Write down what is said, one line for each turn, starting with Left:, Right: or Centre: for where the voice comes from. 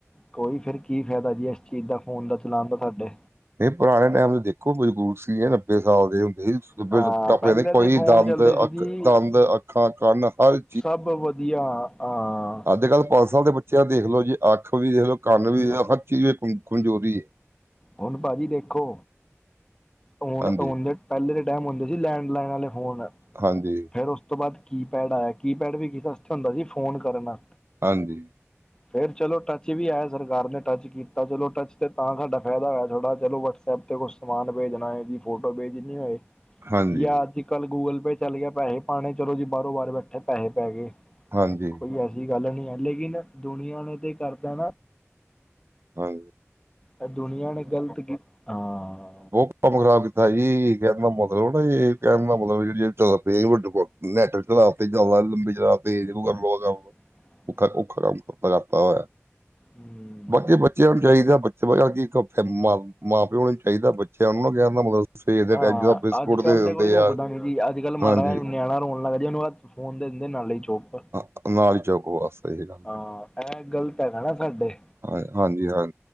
Left: ਕੋਈ ਫਿਰ ਕੀ ਫੈਦਾ ਜੀ ਐਸ ਚੀਜ਼ ਦਾ ਫੋਨ ਦਾ ਚਲਾਣ ਦਾ ਸਾਡੇ
Right: ਨਈ ਪੁਰਾਣੇ ਟੈਮ ਤੇ ਦੇਖੋ ਮਜ਼ਬੂਰ ਸੀ ਐ ਨੱਬੇ ਸਾਲ ਦੇ ਬਈ ਸੂਬੇ
Left: ਹਾਂ
Right: ਟੱਪ
Left: ਪਹਿਲੇ
Right: ਗੇ ਦੇ ਕੋਈ
Left: ਫੋਨ
Right: ਦੰਦ,
Left: ਚੱਲਦੇ ਸੀ
Right: ਅੱਖ,
Left: ਜੀ
Right: ਦੰਦ-ਅੱਖਾਂ, ਕੰਨ ਹਰ-
Left: ਸਭ ਵਧੀਆ ਆਂ
Right: ਅੱਜ-ਕੱਲ ਪੰਜ ਸਾਲ ਦੇ ਬੱਚਿਆਂ ਨੂੰ ਦੇਖ ਲੋ ਜੇ ਅੱਖ ਵੀ ਦੇਖ ਲੋ ਕੰਨ
Left: ਹੁਣ
Right: ਵੀ ਦੇਖ ਲ ਹਰ ਚੀਜ਼ ਚੱ ਕਮਜ਼ੋਰੀ ਏ।
Left: ਹੁਣ ਪਾਜੀ ਦੇਖੋ ਹੁਣ-ਹੁਣ
Right: ਹਾਂਜੀ,
Left: ਪੈਲੇ ਦੇ ਟੈਮ ਹੁੰਦੇ ਸੀ ਲੈਂਡਲਾਈਨ ਆਲੇ ਫੋਨ
Right: ਹਾਂਜੀ।
Left: ਫੇਰ ਉਸ ਤੋਂ ਬਾਦ ਕੀਪੈਡ ਆਯਾ ਕੀਪੈਡ ਵੀ ਕੀਦੇ ਆਸਤੇ ਹੁੰਦਾ ਸੀ ਫੋਨ ਕਰਨਾ।
Right: ਹਾਂਜੀ।
Left: ਫੇਰ ਚਲੋ ਟੱਚ ਵੀ ਆਯਾ ਸਰਕਾਰ ਨੇ ਟੱਚ ਕੀਤਾ ਚਲੋ ਟੱਚ ਤੇ ਤਾਂ ਸਾਡਾ ਫੈਦਾ ਹੋਇਆ। ਥੋਡਾ ਚਲੋ ਵਟਸਐਪ ਤੇ ਕੁਛ ਸਮਾਨ ਪੇਜਣਾ ਹੋਏ ਜੀ ਫੋਟੋ ਪੇਜਣੀ ਹੋਏ
Right: ਹਾਂਜੀ,
Left: ਯਾਂ ਅੱਜ ਕੱਲ ਗੂਗਲ ਪੇ ਚੱਲ ਗਯਾ ਪੈਹੇ ਪਾਣੇ ਚਲੋ ਜੀ ਬਾਰੋਂ-ਬਾਰ ਬੈਠੇ ਪੈਹੇ ਪੈ ਗਏ
Right: ਹਾਂਜੀ,
Left: ਕੋਈ ਐ ਸੀ ਗੱਲ ਨੀ ਐ ਲੇਕਿਨ ਦੁਨੀਆਂ ਨੇ ਜੇ ਕਰਤਾ ਨਾ
Right: ਹਾਂ
Left: ਐ ਦੁਨੀਆਂ ਨੇ ਗ਼ਲਤ ਕੀ ਹਾਂ
Right: ਕੰਮ ਖਰਾਬ ਕੀਤਾ ਜੀ <unintelligible> ਕੈਣ ਦਾ ਮਤਲਬ
Left: ਹਾਂਜੀ
Right: ਜੇੜੇ ਐ ਚੱਲਾਤੇ, ਵਡੇ ਨੈਟ ਚਲਾਤੇ ਜਬਾਨ ਲੰਬੀ ਚਲਾਤੀ ਗੁਗਲ ਬੋਲਦਾ ਓ
Left: ਹ
Right: ਔਖਾ-ਔਖਾ ਕੰਮ ਕਰਤਾ ਹੋਯਾ।
Left: ਹਮ।
Right: ਬਾਕੀ ਬੱਚਿਆਂ ਨੂੰ ਚਾਇਦਾ ਬੱਚੇ, ਇੱਕ ਮਾਂ-ਪਿਓ ਨੂੰ ਚਾਇਦਾ ਬੱਚਿਆਂ ਨੂੰ ਨਾ ਵਿਆਣ ਦਾ ਮਤਲਬ ਸਵੇਰ ਦੇ
Left: ਹਾਂ
Right: ਟਾਈਮ ਜਿਹੜਾ ਬਿਸਕੁਟ
Left: ਅੱਜ-ਕੱਲ
Right: ਦੇ ਦਿੰਦੇ
Left: ਤੇ ਕੋਈ ਰੋਕਦਾ
Right: ਆ
Left: ਨੀ ਜੀ ਅੱਜ-ਕੱਲ
Right: ਹਾਂਜੀ
Left: ਮਾੜਾ ਜੇਆ ਨਿਆਣਾ ਰੋਣ ਲੱਗ ਜੇ ਓਨੂੰ ਹ ਫੋਨ ਦਿੰਦੇ ਨਾਲੇ ਈ ਚੋਪ।
Right: ਓ ਨਾਲ ਈ ਚੌਕ ਵਾਸਤੇ ਸੀਗਾ।
Left: ਹਾਂ ਐ ਗ਼ਲਤ ਹੈਗਾ ਨਾ ਸਾਡੇ।
Right: ਹਂ ਹਾਂਜੀ-ਹਾਂ